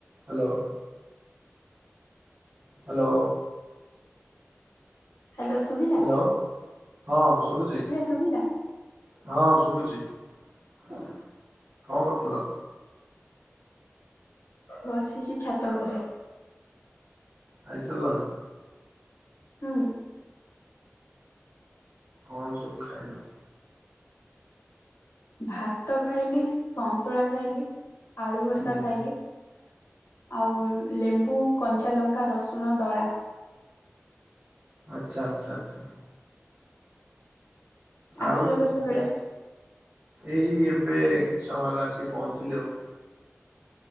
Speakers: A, on the right; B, on the left.
A: Hello. Hello.
B: Hello ସୁଭିଲା?
A: <inaudible> ହଁ ଶୁଭୁଜି
B: ଶୁଭିଲା
A: ହଁ ଶୁଭୁଜି। କଣ କରୁଥିଲ?
B: ବସିଛି ଛାତ ଉପରେ।
A: ଖାଇସାରିଲଣି?
B: ହୁଁ।
A: କଣ ସବୁ ଖାଇଲ?
B: ଭାତ ଖାଇଲି ସନ୍ତୁଳା ଖାଇଲି ଆଳୁ ଭର୍ତା
A: ହୁଁ
B: ଖାଇଲି। ଆଉ ଲେମ୍ବୁ କଞ୍ଚା ଲଙ୍କା ରସୁଣ ଦଳା।
A: ଆଚ୍ଛା ଆଚଛା ଆଚ୍ଛା।
B: ଆସିଲ
A: ଆଉ
B: କେତେବେଳେ
A: ଆଜି ଏଇ ଏବେ କିଛି ସମୟ ହେଲା ଆସିକି ପହଞ୍ଚିଲି ଆଉ।